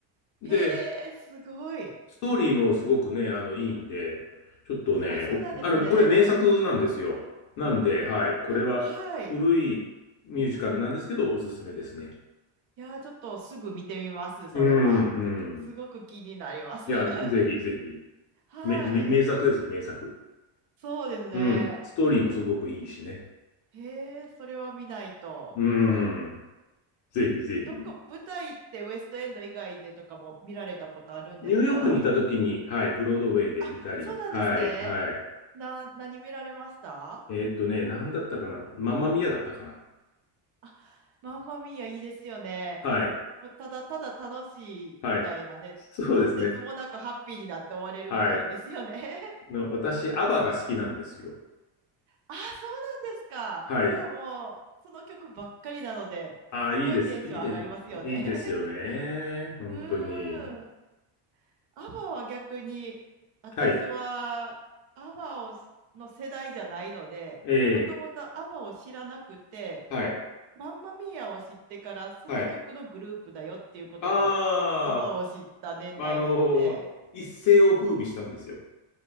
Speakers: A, on the left; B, on the right.
A: で、
B: へえ、すごい。
A: ストーリーもすごくね、あの、いいんで、ちょっとね、
B: あ、そうなんですね。
A: おあの、これ名作なんですよ。なんで、はい、これは古いミュージカルなんですけど、
B: えはい。い
A: おすすめですね。
B: やー、ちょっとすぐ見てみます、それは。
A: うん、うん。
B: すごく気になります。
A: いや、
B: <laughs>
A: ぜひぜひ。
B: はい。
A: め、め、名作ですよ、名作。
B: そうですね。
A: うん。ストーリーもすごくいいしね。
B: え、へえ、それは見ないと。
A: うん。ぜひぜひ。
B: で、どっか舞台ってウエストエンド以外でとかも見られたことあるんですか
A: ニューヨークに行った時に、はい、ブロードウェイで見たり、
B: あ、そうなんですね。
A: はい、はい。
B: な、何見られました
A: えーっとね、なんだったかな。マンマミアだったかな。
B: あ、マンマミーアいいですよね。
A: はい、
B: もうただただ楽しいみたいなね、
A: はい。そうですね。
B: とってつもなくハッピーになって終われるのがいいですよね。
A: はい。
B: <laughs>
A: の、私、アバが好きなんですよ。
B: あ、そうなんですか。
A: はい。
B: じゃあもう、その曲ばっかりなので、
A: ああ、
B: すごいテンション上がりますよね。
A: いいです。いいで、いいですよね。
B: <laughs>
A: 本当に。
B: うーん。アバは逆に、私はアバをしの世代じゃないので、
A: はい。ええ
B: もともとアバを知らなくて、
A: はい。
B: マンマミーアを知ってから、その曲のグループだよっていうことで、
A: はい。ああ、
B: アバを知った年代なので、
A: まあ、あの一世を風靡したんですよ。